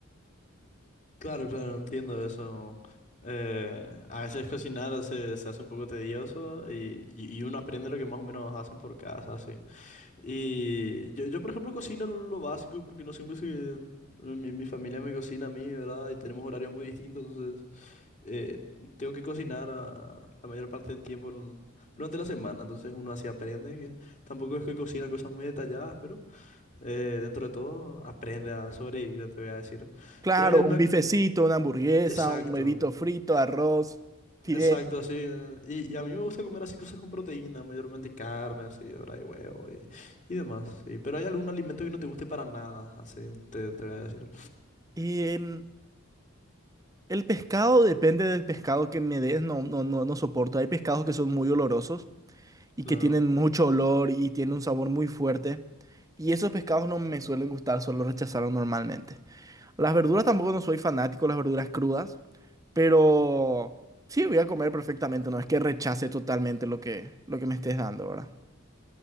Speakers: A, on the left; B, on the right.
A: Claro, claro, entiendo eso. Eh, a veces cocinar se, se hace un poco tedioso y, y- y uno aprende lo que más o menos hacen por casa, así. Y yo, yo, por ejemplo, cocino lo, lo básico porque no siempre se... Mi, mi familia me cocina a mí, ¿verdad? Y tenemos horarios muy distintos, entonces eh, tengo que cocinar a- la mayor parte del tiempo en- durante la semana, entonces uno así aprende, que tampoco es que cocina cosas muy detalladas, pero eh, dentro de todo aprende a sobrevivir, te voy a decir.
B: Claro,
A: Pero hay alguna
B: un bifecito, una hamburguesa,
A: Exacto,
B: un huevito frito, arroz, fideo.
A: exacto, así. eh, Y, y a mí me gusta comer así cosas con proteína, mayormente carne, así, ahora y huevo y, y demás. sí. Pero hay algún alimento que no te guste para nada, así, te, te voy a decir.
B: Y em, el pescado depende del pescado que me des, no, no, no, no soporto. Hay pescados que son muy olorosos y
A: Claro,
B: que tienen mucho olor y tienen un sabor muy fuerte. Y esos pescados no me suelen gustar, solo rechazaron normalmente. Las verduras tampoco no soy fanático, de las verduras crudas, pero sí voy a comer perfectamente, no es que rechace totalmente lo que, lo que me estés dando, ¿verdad?